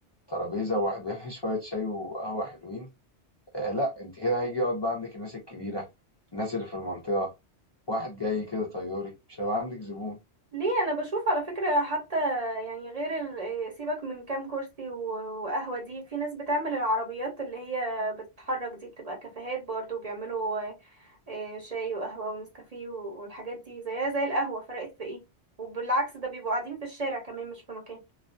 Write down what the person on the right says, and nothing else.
ليه انا بشوف على فكرة حتى يعني غير ال... سيبك من كام كرسي و- وقهوة دي في ناس بتعمل العربيات اللي هي بتتحرك دي بتبقى كافيهات برضو بيعملوا آه، شاي وقهوة ونسكافيه و- والحاجات دي زيها زي القهوة فرقت في ايه وبالعكس ده بيبقوا قاعدين في الشارع كمان مش في مكان